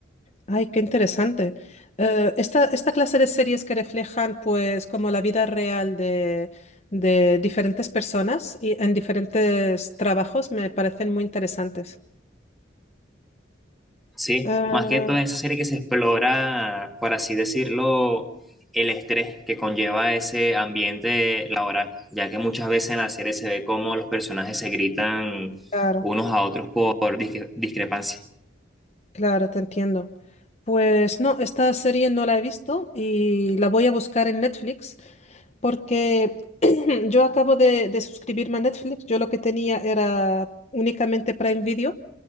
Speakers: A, on the left; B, in the centre.
A: Ay, qué interesante. Eh, esta, esta clase de series que reflejan, pues, como la vida real de, de diferentes personas y en diferentes trabajos me parecen muy interesantes.
B: Sí,
A: Sí. Eh,
B: más que toda esa serie que se explora, por así decirlo, el estrés que conlleva ese ambiente laboral, ya que muchas veces en la serie se ve cómo los personajes se gritan
A: claro.
B: unos a otros por disque- discrepancia.
A: Claro, te entiendo. Pues no, esta serie no la he visto y la voy a buscar en Netflix porque <clears throat> yo acabo de, de suscribirme a Netflix. Yo lo que tenía era únicamente Prime Video